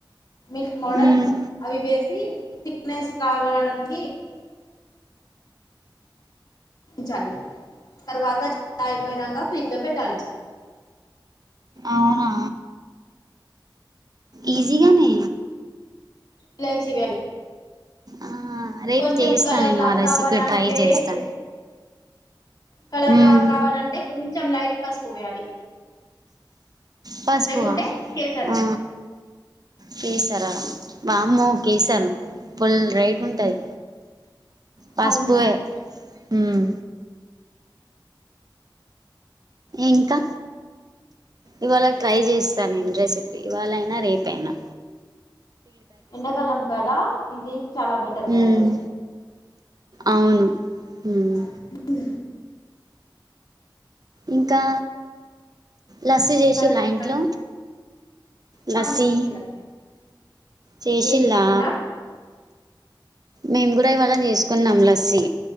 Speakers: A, on the left; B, on the right.
A: మిల్క్ మోడల్
B: మ్మ్
A: అవి వేసి థిక్నెస్ కావడడానికి చాలి తర్వాత అయిపోయినాక ఫ్రిడ్జ్ లో పెట్టాలి
B: అవునా ఈస్జ్ గానే
A: ఇలాచి వేయాలి.
B: ఆ రేపు
A: కొంచెం
B: చేస్తా
A: కలర్,
B: నేను ఆ రెసిపీ
A: రావాలంటే
B: ట్రై చేస్తా
A: ఫర్. కలర్
B: మ్మ్
A: రా రావాలంటే, కొంచెం లైట్ పసుపు వేయాలి.
B: పసుపుఅ
A: లేకుంటే కేసర్
B: అ కేసరా, వామ్మో కేసర్ ఫుల్ రైట్ ఉంటది. పసుపుయే
A: అవును
B: మ్ ఇంకా ఇవాళ ట్రై చే స్తా, నేను రెసిపీ ఇవాళైనా రేపయినా.
A: ఎండాకాలం గదా, ఇది చాలా బెటర్గా
B: మ్మ్
A: ఉంటది.
B: అవును మ్మ్
A: ఉ ఊ
B: ఇంకా లస్సీ చేసిరా,
A: ఇంకా చెప్పండి
B: ఇంట్లో లస్సీ
A: ఆ చేసినా
B: చేసిలా,
A: మీరు చేసిండ్రా
B: మేము కూడా ఇవాళ చేసుకున్నాం. లస్సి